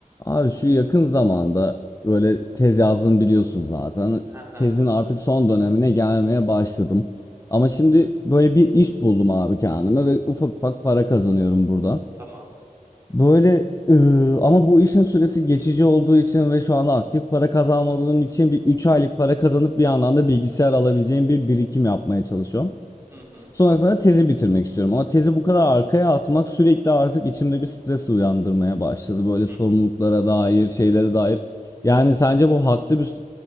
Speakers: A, on the left (about 25°); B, on the right (about 20°).
A: Abi şu yakın zamanda böyle tez yazdım biliyorsun zaten.
B: He he,
A: Tezin artık son dönemine gelmeye başladım. Ama şimdi böyle bir iş buldum abi kendime ve ufak ufak para kazanıyorum burada.
B: tamam.
A: Böyle ıı, ama bu işin süresi geçici olduğu için ve şu anda aktif para kazanmadığım için bir 3 aylık para kazanıp bir yandan da bilgisayar alabileceğim bir birikim yapmaya çalışıyorum.
B: Hı hı.
A: Sonrasında tezi bitirmek istiyorum. Ama tezi bu kadar arkaya atmak sürekli artık içimde bir stres uyandırmaya başladı. Böyle
B: Hı.
A: sorumluluklara dair, şeylere dair. Yani sence bu haklı bir